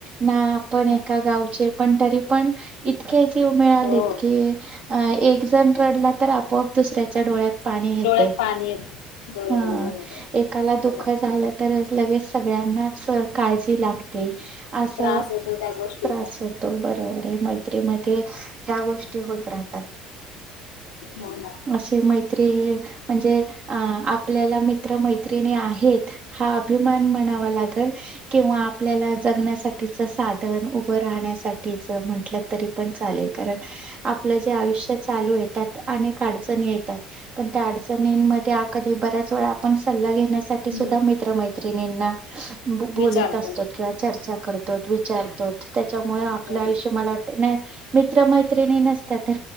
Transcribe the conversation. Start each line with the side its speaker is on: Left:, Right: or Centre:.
Right: ना आपण
Left: हा,
Right: एका गावचे पण तरी पण इत जव मिळालेत
Left: हो
Right: की अ एक जण रडला तर आपोआप दुसऱ्याच्या डोळ्यात पाणी येते
Left: डोळ्यात पाणी येत बरोबर
Right: हा
Left: बरोबर
Right: एकाला दुःख
Left: खरं
Right: झालं तरच लगेच सगळ्यांनाच काळजी अस
Left: त्रास होतो त्या गोष्टीचा
Right: त्रास होतो बरोबर हाय मैत्री मध्ये या गोष्टी होत राहतात
Left: हो ना
Right: अशी मैत्री म्हणजे आप म मित्र मैत्रिणी आहेत हा अभिमा मान म्हणावा लागेल किंवा आपल्या ज साधन उभं राहण्यासाठी म्हट. तरी पण चालेल कारण आपलं जे आयुष्य चालू येतात अनेक अडचणी येतात पण त्या अडचणींमध्ये अ ते बऱ्याच वेळा आपण सल्ला घेण्या. साठी सुद्धा
Left: हम्म
Right: मित्र मैत्रि निना बोलत
Left: विचार
Right: असतो
Left: कर
Right: किंवा चर्चा करत. विचारतो. त्याच्यामुळे आपलं
Left: बरोबर.
Right: आयुष्य मला वाट नाही. मित्र मैत्रिणी नसत तर